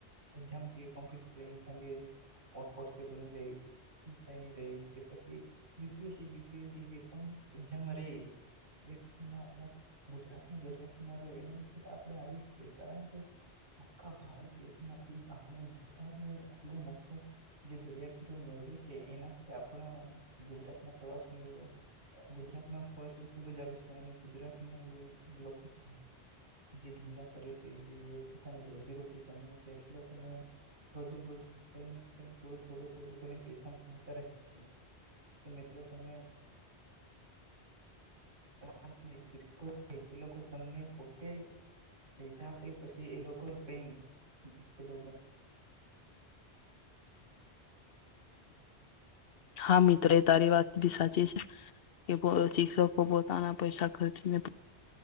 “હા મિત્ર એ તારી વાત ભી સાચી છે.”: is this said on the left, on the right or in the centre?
Left